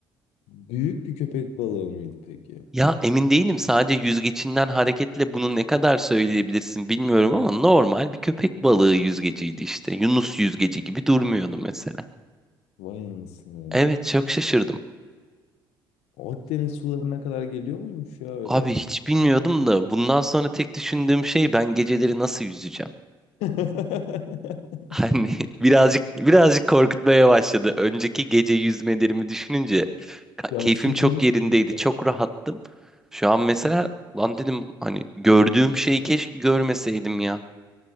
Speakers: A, on the left; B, in the centre.
A: Büyük bir köpek balığı mıydı peki?
B: Ya emin değilim sadece yüzgecinden hareketle bunu ne kadar söyleyebilirsin bilmiyorum ama normal bir köpek balığı yüzgeciydi işte. Yunus yüzgeci gibi durmuyordu mesela.
A: Vay anasını.
B: Evet çok şaşırdım.
A: Akdeniz sularına kadar geliyor muymuş ya öyle?
B: Abi hiç bilmiyordum da bundan sonra tek düşündüğüm şey ben geceleri nasıl yüzeceğim?
A: <laughs>
B: Hani <laughs> birazcık birazcık korkutmaya başladı. Önceki gece yüzmelerimi düşününce ka-
A: Cavs'ı
B: keyfim
A: izlemiş
B: çok yerindeydi.
A: miydin?
B: Çok rahattım. Şu an mesela lan dedim hani gördüğüm şeyi keşke görmeseydim ya.